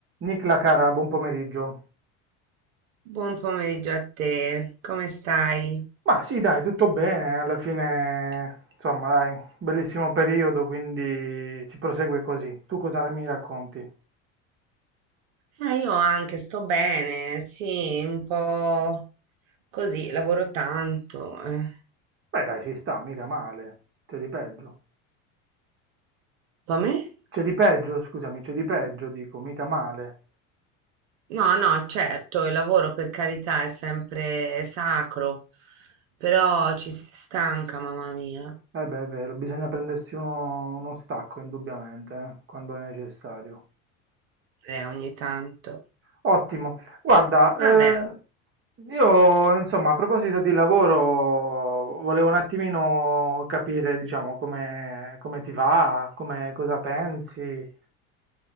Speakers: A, on the right; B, on the right.
A: Nicla cara, buon pomeriggio.
B: Buon pomeriggio a te, come stai?
A: Ma sì, dai, tutto bene, alla fine, insomma, dai, bellissimo periodo, quindi si prosegue così. Tu cosa mi racconti?
B: Ah, io anche sto bene, sì, un po' così, lavoro tanto. eh.
A: Beh, dai, ci sta, mica male. C'è di peggio.
B: Come?
A: C'è di peggio, scusami, c'è di peggio, dico, mica male.
B: No, no, certo, il lavoro per carità è sempre sacro, però ci si stanca, mamma mia,
A: Eh beh, è vero, bisogna prendersi uno, uno stacco, indubbiamente, eh, quando è necessario.
B: eh, ogni tanto.
A: Ottimo. Guarda,
B: Vabbè,
A: eh, io insomma a proposito di lavoro volevo un attimino capire, diciamo, come, come ti va, come, cosa pensi. Eh,